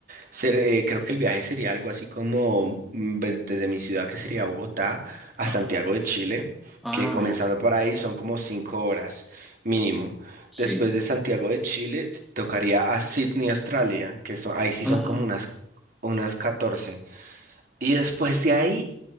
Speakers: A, on the right; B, in the centre.
A: ser, eh, creo que el viaje sería algo así como mm, ves- desde mi ciudad, que sería Bogotá, a
B: Ajá.
A: Santiago de Chile,
B: Ah,
A: que comenzando
B: mira.
A: por ahí son como cinco horas mínimo.
B: Sí.
A: Después de Santiago de Chile, tocaría a Sydney, Australia, que son, ahí sí
B: Ah,
A: son como unas, unas catorce Y después de ahí,